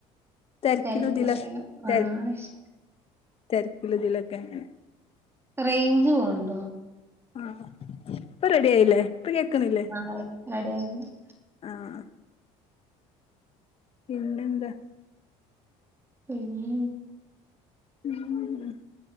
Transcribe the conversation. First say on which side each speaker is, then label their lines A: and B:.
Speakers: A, on the left; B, on the right.
A: തെരക്കിലുതിലെ
B: തെരക്കും കാര്യങ്ങളും.
A: തെ
B: ആഹ് ശ
A: തെരക്കിലുതിലൊക്കെ അങ്ങനെ
B: റേഞ്ച് പോണ്ടോ
A: ആഹ് ഇപ്പൊ റെഡിയായില്ലേ ഇപ്പ കേക്കുന്നില്ലേ
B: ആഹ് <unintelligible>
A: ആഹ് പിന്നെന്താ
B: പിന്നേ
A: <unintelligible>